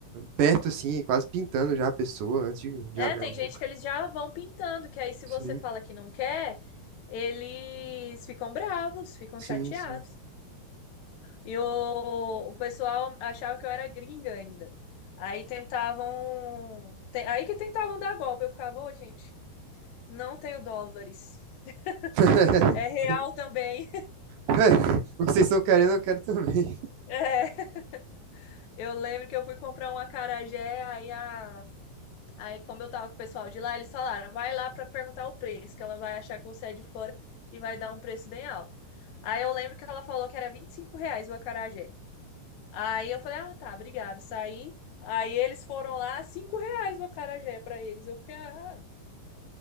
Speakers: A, on the right; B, on the left.
A: perto assim, quase pintando já a pessoa antes de, de
B: é,
A: abrir
B: tem
A: a boca.
B: gente que eles já vão pintando, que aí se
A: Sim,
B: você fala que não quer, eles ficam bravos, ficam
A: sim,
B: chateados.
A: sim.
B: E o, o pessoal achava que eu era gringa ainda. Aí tentavam, te- aí que tentavam dar golpe, eu ficava, ô, gente, não tenho dólares. <laughs>
A: <laughs>
B: É real também.
A: Ué, o que vocês estão querendo, eu quero também.
B: É, eu lembro que eu fui comprar um acarajé, aí, a, aí como eu tava com o pessoal de lá, eles falaram, vai lá pra perguntar o preço, que ela vai achar que você é de fora e vai dar um preço bem alto. Aí eu lembro que ela falou que era 25 reais o acarajé. Aí eu falei, ah, tá, obrigado, saí. Aí eles foram lá, 5 reais o acarajé pra eles. Eu fiquei, ah,